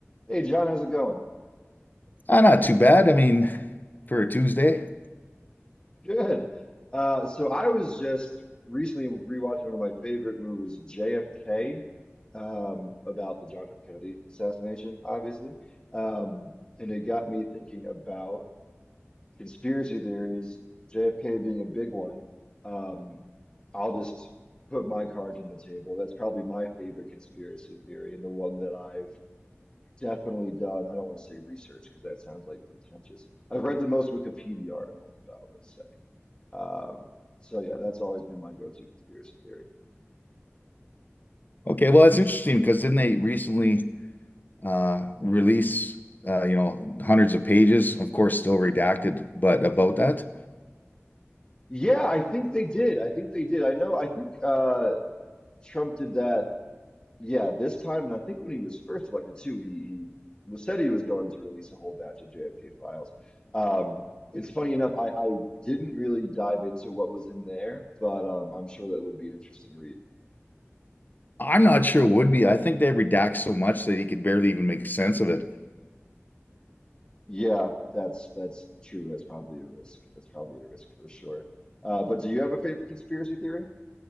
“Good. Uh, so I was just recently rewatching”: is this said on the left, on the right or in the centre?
Left